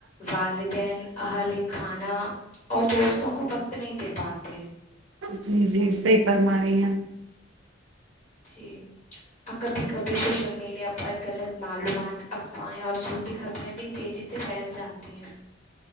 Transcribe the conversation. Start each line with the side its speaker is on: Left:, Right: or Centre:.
Left: والدین اہالہ خانہ اور دوستوں کو وقت نہیں دے پاتے
Right: جی جی صحیح فرما رہی ہیں
Left: جی کبھی کبھی سوشل میڈیا پر غلط معلومات افواہیں اور جھوٹی خبریں بھی تیزی سے پھیل جاتی ہیں